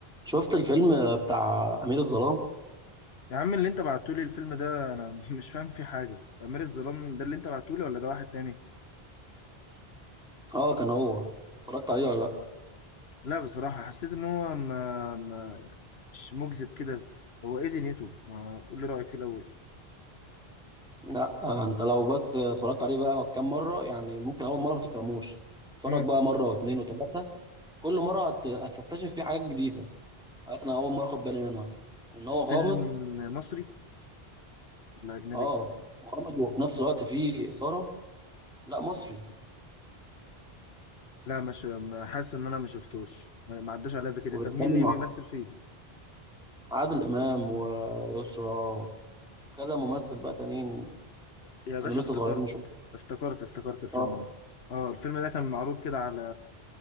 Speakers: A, in the centre; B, on the left.
A: شفت الفيلم بتاع أمير الظلام؟
B: يا عم اللي انت بعتولي الفيلم ده انا <laughs> مش فاهم فيه حاجة امير الظلام ده اللي انت بعتولي ولا ده واحد تاني
A: اه كان هو اتفرجت عليه ولا لا؟
B: لا بصراحة حسيت ان هو ما, ما مش مجذب كده هو ايه دنيته ما قول لي رأيك في الاول
A: لا آه، انت لو بس اتفرجت عليه بقى كام مرة يعني ممكن أول مرة ما تفهموش اتفرج
B: امم
A: بقى مرة واتنين وتلاتة كل مرة هت... هتكتشف فيه حاجات جديدة حاجات أنا أول مرة أخد بالي منها إن هو غامض
B: فيلم مصري ولا اجنبي
A: اه غامض وفي نفس الوقت فيه إثارة لا مصري
B: لا مش ما- حاسس ان انا ما شفتوش ما ما عداش عليا قبل كده
A: وبيتكلم
B: طب مين اللي بيمثل
A: عن
B: فيه
A: عادل إمام ويسرا وكذا ممثل بقى تانيين
B: يا باشا
A: كانوا لسه
B: افتكرت
A: صغيرين شوية
B: افتكرت افتكرت الفيلم
A: اه
B: ده اه الفيلم ده كان معروض كده على